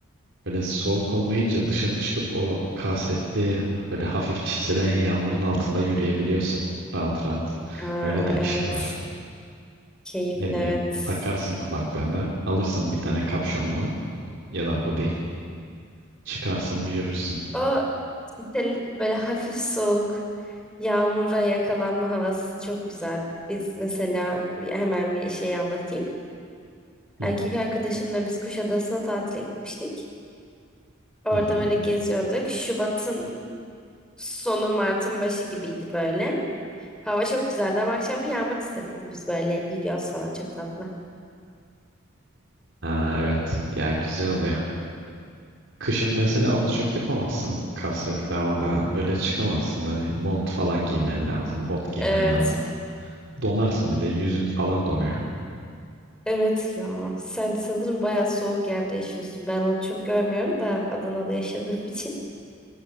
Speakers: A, on the right; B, in the centre.
A: böyle soğuk olmayınca dışarı çıkıp o kasvetli böyle hafif çiselen yağmurun altında yürüyebiliyorsun. Rahat rahat.
B: Aa,
A: Öyle de
B: evet.
A: bir şey var.
B: Keyifli
A: Ne bileyim
B: evet.
A: takarsın kulaklığını, alırsın bir tane kapşonlu ya da hoodie. Çıkarsın bir yürürsün.
B: O işte böyle hafif soğuk, yağmura yakalanma havası çok güzel. Biz mesela bir- hemen bir şey anlatayım.
A: Hı
B: Erkek arkadaşımla biz Kuşadası'na tatile gitmiştik. Orada
A: hı. hı.
B: böyle geziyorduk. Şubat'ın sonu Mart'ın başı gibiydi böyle. Hava çok güzeldi ama akşam bir yağmur çiseledi. Biz böyle yürüyoruz falan çok tatlı.
A: Ha, evet ya güzel oluyor. Kışın mesela onu çok yapamazsın. Kasvetli havada böyle çıkamazsın. Hani mont falan giymen lazım, bot giymen
B: Evet.
A: lazım. Donarsın bir de yüzün falan donuyor.
B: Evet ya. Sen sanırım bayağı soğuk yerde yaşıyorsun. Ben onu çok görmüyorum da Adana'da yaşadığım <laughs> için.